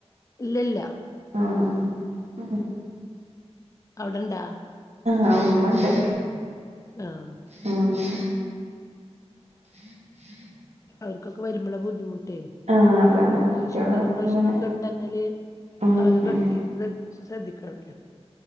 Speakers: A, on the left (about 30°); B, on the right (about 75°).
A: ഇല്ല ഇല്ല
B: ആഹ ആ
A: അവിടെണ്ടാ
B: ആ ഉമ്മണ്ട്
A: ആഹ്
B: ആ, ആ <inaudible>
A: അവർക്കൊക്കെ വരുമ്പോളാ ബുദ്ധിമുട്ട്,
B: ആഹ് അതാണ്
A: പിന്നെ
B: കുട്ടികള്
A: ഷുഗറും പ്രഷറും
B: ഇങ്ങനെ
A: ഒക്കെ ഉണ്ടെങ്കില്
B: ഉം
A: അവര് പ്രത്യേകിച്ച്
B: ഉം
A: ശ്രദ്ധിക്കണല്ലോ,